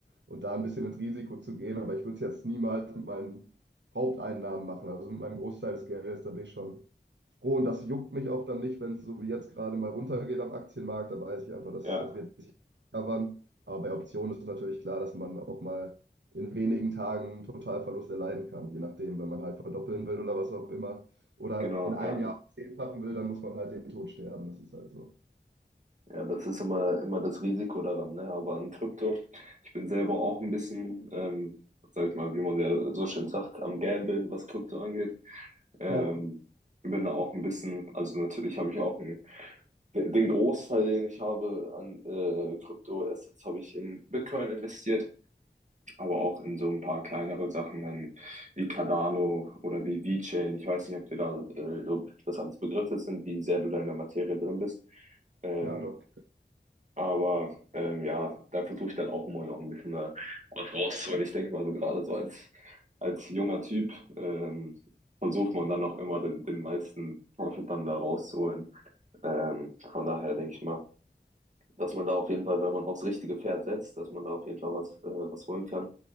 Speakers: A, on the right; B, on the right.
A: und da ein bisschen ins Risiko zu gehen. Aber ich würde es jetzt niemals mit meinen Haupteinnahmen machen, also mit meinem Großteil des Geldes. Da bin ich schon froh und das juckt mich auch dann nicht, wenn es so wie jetzt gerade mal runtergeht am Aktienmarkt. Da weiß ich einfach, dass
B: Ja,
A: das wird sich covern. Aber bei Optionen ist natürlich klar, dass man auch mal in wenigen Tagen einen Totalverlust erleiden kann, je nachdem, wenn man halt verdoppeln will oder was auch immer. Oder
B: genau,
A: in einem
B: ja.
A: Jahr zehnfachen will, dann muss man halt den Tod sterben. Das ist halt so.
B: Ja, das ist immer, immer das Risiko daran, ne? Aber an Krypto, ich bin selber auch ein bisschen, ähm, sag ich mal, wie man ja so schön sagt, am Gambeln, was Krypto angeht. Ähm,
A: Ja,
B: bin da auch ein bisschen, also natürlich habe ich auch einen, den Großteil, den ich habe an äh, Krypto-Assets, habe ich in Bitcoin investiert. aber auch in so ein paar kleinere Sachen dann wie Cardano oder wie VeChain. Ich weiß nicht, ob dir da äh, so das alles Begriffe sind, wie sehr du da in der Materie drin bist. Ähm,
A: ja, doch.
B: aber ähm, ja, da versuche ich dann auch immer noch ein bisschen da was rauszuholen. Ich denke mal so gerade so als, als junger Typ ähm, versucht man dann noch immer den, den meisten Profit dann da rauszuholen. Ähm, von daher denke ich mal, dass man da auf jeden Fall, wenn man aufs richtige Pferd setzt, dass man da auf jeden Fall was, äh, was holen kann.